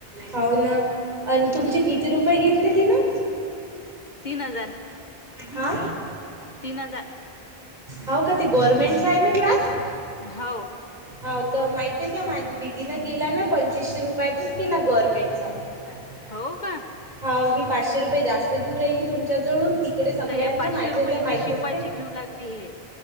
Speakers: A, on the right; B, on the left.
A: हो ना आणि तुमचे
B: हम्म
A: किती रुपये घेतले ति न?
B: तीन हजार
A: हा!
B: तीन हजार.
A: हो का ते गवर्नमेंटचा आहे ना क्लास.
B: हव.
A: हो तर माहित आहे का माझ्या दिदीन केला ना पंचवीसशे रुपयातच केला गव्हर्नमेंटचा. <inaudible>
B: हो का?
A: हाव ही पाचशे रुपये जास्त घेऊ राहिली तुमच्या जळून ती. इकडे सगळ्यांना
B: तर हे पाचशे
A: माझ्या
B: रुपये
A: ज्या
B: हिची
A: मैत्रिणी
B: शिकवायची घेऊ लागली हे